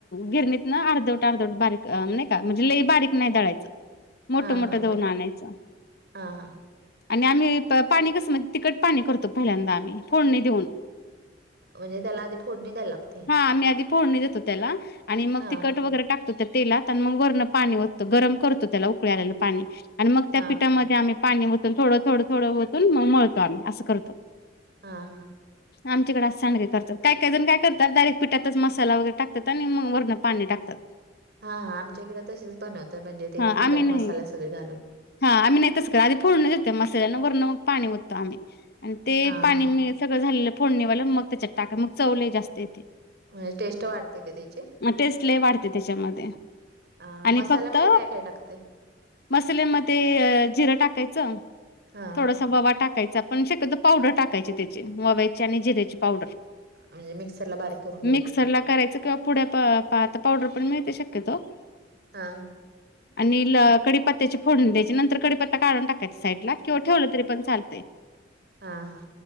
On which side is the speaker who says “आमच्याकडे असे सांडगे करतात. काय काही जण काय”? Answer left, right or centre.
Left